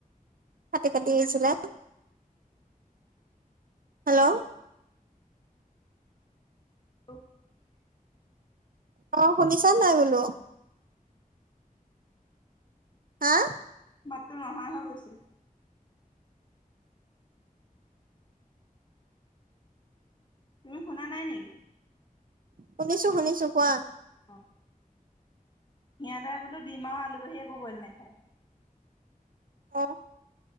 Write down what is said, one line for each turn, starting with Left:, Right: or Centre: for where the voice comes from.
Right: ফাটি ফাটি আহিছিলে? হেল্ল',
Left: <unintelligible>
Right: অ শুনিছা নাই বোলো। হা,
Left: মাতটো নহা হৈ গৈছে। তুমি শুনা নাই নেকি?
Right: শুনিছোঁ শুনিছোঁ কোৱা।
Left: অ, সিহঁতে বোলো ডিমা আৰু আলুৰ বাহিৰে একো বইল নাখায়।
Right: অঁ,